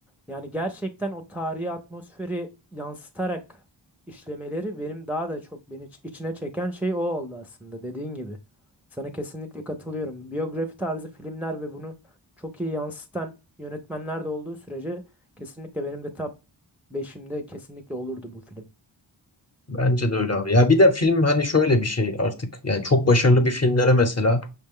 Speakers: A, in the centre; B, on the left.
A: yani gerçekten o tarihi atmosferi yansıtarak işlemeleri benim daha da çok beni iç- içine çeken şey o oldu aslında dediğin gibi. Sana kesinlikle katılıyorum. Biyografi tarzı filmler ve bunu çok iyi yansıtan yönetmenler de olduğu sürece kesinlikle benim de top beşimde kesinlikle olurdu bu film.
B: Bence de öyle abi. Ya bir de film hani şöyle bir şey artık. Yani çok başarılı bir filmlere mesela